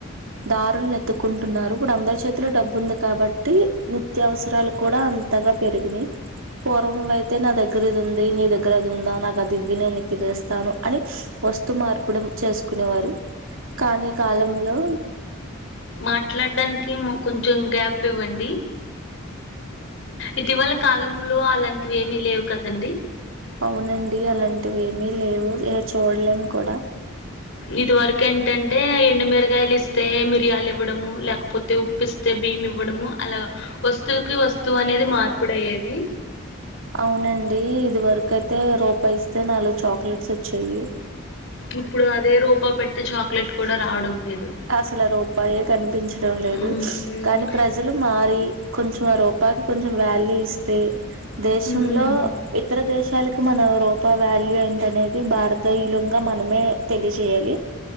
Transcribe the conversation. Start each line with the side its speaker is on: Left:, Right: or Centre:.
Right: దారులు ఎతుక్కుంటున్నారు ఇప్పుడు అందరి చేతిలో డబ్బు ఉంది కాబట్టి ని త్యవసరాలు కూడా అంతగా పెరిగినయ్ పూర్వం అయితే నా దగ్గరది ఉంది నీ దగ్గరది ఉందా నాకు అది ఇవ్వు నేను ఇది ఇస్తాను అని వస్తు మార్పిడి చేసుకునే వారు కానీ ఈ కాలంలో
Left: మాట్లాడ్డానికి మ్ కొంచెం గ్యాప్ ఇవ్వండి ఇటీవలె కాలంలో అలాంటివి ఏమీ లేవు కదండి
Right: అవునండి అలాంటివి ఏమీ లేవు ఏ చూడలేం కూడా
Left: ఇది వరకు ఏంటంటే ఎండుమిరగాయలు ఇస్తే మిరియాలు ఇవ్వడము లేకపోతే ఉ ప్పిస్తే భీమివ్వడము అలాగ వస్తువుకి వస్తువు అనేది మార్పిడయ్యేది
Right: అవునండి ఇది వరకు అయితే రూపాయిస్తే నాలుగు చాక్లెట్స్ వచ్చాయి
Left: ఇప్పుడు అదే రూపాయ్ పెట్టె చాక్లెట్ కూడా రావడం లేదు
Right: అసలు రూపాయే కనిపించడం లేదు
Left: మ్మ్.
Right: కానీ ప్రజలు మారి కొంచెం ఆ రూపాయికి కొంచెం వాల్యూ ఇస్తే దేశంలో
Left: మ్మ్.
Right: ఇతర దేశాలకు మన రూపా వాల్యూ ఏంటనేది భారతయులుంగా మనమే తెలిజేయాలి